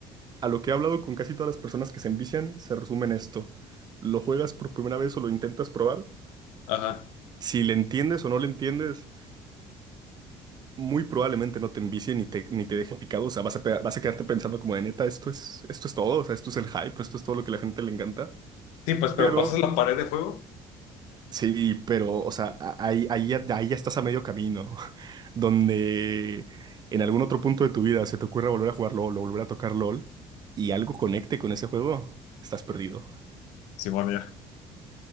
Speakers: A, on the right (about 35°); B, on the left (about 75°).
A: a lo que he hablado con casi todas las personas que se envician, se resume en esto. Lo juegas por primera vez o lo intentas probar.
B: Ajá.
A: Si le entiendes o no le entiendes, muy probablemente no te envicie ni te, ni te deje picado. O sea, vas a, pe- vas a quedarte pensando como de neta, esto es, esto es todo. O sea, esto es el hype, esto es todo lo que a la gente le encanta.
B: Sí, pues, pero
A: Pero,
B: pasas la pared de fuego.
A: sí, pero, o sea, a- ahí, ahí, ya- ahí ya estás a medio camino, <laughs> donde en algún otro punto de tu vida se te ocurra volver a jugar LOL o volver a tocar LOL y algo conecte con ese juego, estás perdido.
B: Simón, ya.